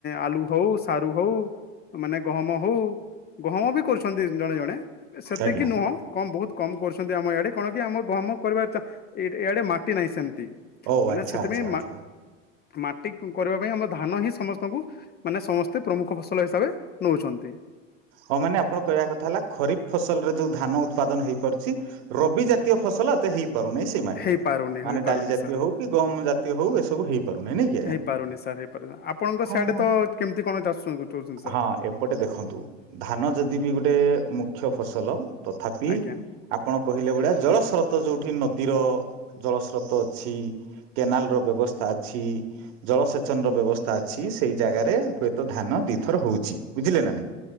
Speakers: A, on the left; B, on the right.
A: ଆଲୁ ହଉ ସାରୁ ହଉ ମାନେ ଗହମ ହଉ ଗହମ ବି କରୁଛନ୍ତି ଜଣେ ଜଣେ ସେତିକି
B: ଆଜ୍ଞା
A: ନୁହଁ କମ ବହୁତ କମ କରୁଛନ୍ତି ଆମ ଇଆଡେ କଣ କି ଆମ ଗହମ କରିବା ଏଇଆଡେ ମାଟି ନାହିଁ ସେମିତି
B: ହଉ
A: ମାନେ
B: ଆଛା
A: ସେଥିପାଇଁ
B: ଆଛା ଆଛା
A: ମାଟି କରିବା ପାଇଁ ଆମ ଧାନ ହିଁ ସମସ୍ତଙ୍କୁ ମାନେ ସମସ୍ତେ ପ୍ରମୁଖ ଫସଲ ହିସାବରେ ନଉଛନ୍ତି।
B: ହଉ ମାନେ ଆପଣ କହିବା କଥା ହେଲା ଖରିଫ ଫସଲରେ ଯୋଉ ଧାନ ଉତ୍ପାଦନ ହେଇପାରୁଛି ରବି ଜାତୀୟ ଫସଲ ଏତେ ହେଇ ପାରୁନେଇ ସେଇ ମାଟିରେ
A: ହେଇପାରୁନି
B: ମାନେ
A: ହେଇପାରୁନି
B: ଡାଲି ଜାତୀୟ
A: ସାର୍
B: ହଉ କି ଗହମ ଜାତୀୟ ହଉ ଏସବୁ ହେଇପାରୁନାହିଁ ନାଇଁ କି ଆଜ୍ଞା
A: ହେଇପାରୁନି ସାର୍ ହେଇପାରୁନି ଆପଣଙ୍କ
B: ହଁ
A: ସିଆଡେ ତ କେମିତି କଣ ଚାଷ କରୁଛନ୍ତି ସାର୍
B: ହଁ ଏପଟେ ଦେଖନ୍ତୁ ଯଦି ବି ଗୋଟେ ମୁଖ୍ୟ ଫସଲ ତଥାପି
A: ଆଜ୍ଞା
B: ଆପଣ କହିଲେ ଭଳିଆ ଜଳସ୍ରୋତ ତ ଯୋଉଠି ନଦୀର ଜଳସ୍ରୋତ ଅଛି କେନାଲ ର ବ୍ୟବସ୍ଥା ଅଛି ଜଳସେଚନ ର ବ୍ୟବସ୍ଥା ଅଛି ସେଇ ଜାଗାରେ ହୁଏତ ଧାନ ଦିଥର ହଉଛି ବୁଝିଲେ ନା ନାଇଁ।